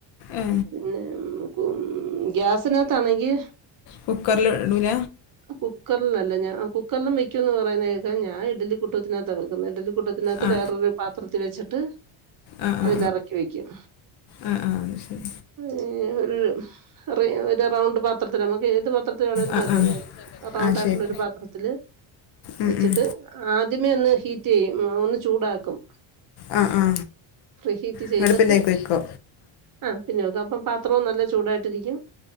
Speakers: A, on the left; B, on the right.
A: ഏ
B: പിന്നെ മ് കും ഗ്യാസ് ത് നാതാണെങ്കി
A: കുക്കറിൽ ടൂല
B: കുക്കർലല്ല ഞാ കുക്കറിലും വെക്കുംന്ന് പറയുന്നത് കേ ഞൻ ഇഡ്ലിക്കൂട്ടത്തിനാത്ത വെക്ക്ന്നെ ഇഡലിക്കൂട്ടത്തിനാത്ത്
A: ആ
B: വേറൊര് പാത്രത്തി വെച്ചിട്ട്
A: ആ ആ
B: അതില് എറക്കി വെക്കും.
A: ആ ആ ആ അത് ശരി
B: <unintelligible> ഒര് റൗണ്ട് പാത്ത് ത്രത്തില് നമക്ക് ഏത് പാത്രത്തി വേണേലും
A: ആ
B: വെക്കാം
A: ആ
B: ഞാൻ റൗണ്ട്
A: ആ
B: ആയിട്ടുള്ളൊ
A: ശരി
B: ഒരു പാത്രത്തില്
A: ഉം,
B: വെച്ചിട്ട്
A: ഉം.
B: ആദ്യമേ ഒന്ന് ഹീറ്റ് ചെയ്യും ഒന്ന് ചൂടാക്കും
A: ആ ആ
B: ഫ്രീ ഹീറ്റ്
A: എന്നിട്ട്
B: ചെയ്തിട്ട്
A: പിന്നെ കുയിക്കോ
B: ആ പിന്നെ അപ്പം പാ ത്രോം നല്ല ചൂടായിട്ടിരിക്കും